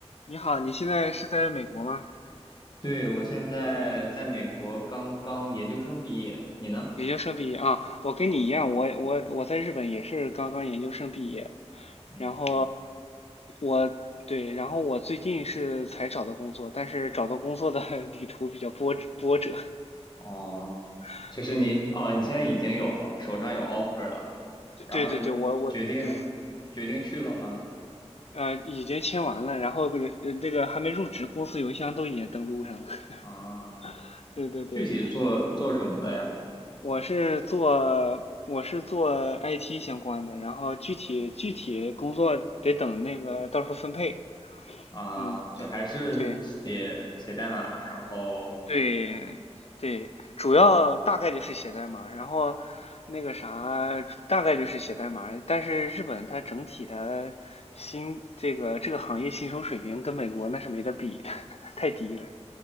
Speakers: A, on the left (about 65°); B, on the left (about 40°).
A: 你好，你现在是在美国吗？
B: 对，我现在在美国刚刚研究生毕业，你呢？
A: 研究生毕业啊，我跟你一样，我我我在日本也是刚刚研究生毕业，
B: 嗯，
A: 然后我对，然后我最近是才找到工作，但是找到工作的 <laughs> 旅途比较波折波折，
B: 哦，
A: <laughs>
B: 就是你，
A: 对
B: 哦，你现在已经有手上有 offer 了，然后
A: 对对对，我我对，
B: 决定决定去了吗？
A: 呃，已经签完了，然后呃这个还没入职，公司邮箱都已经登录上了，<laughs>
B: 啊，
A: 对对对，
B: 具体做做什么的呀？
A: 我是做我是做 IT 相关的，然后具体具体工作得等那个到时候分配。
B: 啊，
A: 嗯，
B: 就还是写写代码，
A: 对
B: 然后
A: 对对，主要大概率是写代码，然后那个啥大概率是写代码，但是日本它整体的薪这个这个行业薪酬水平跟美国那是没得比的，<laughs> 太低了。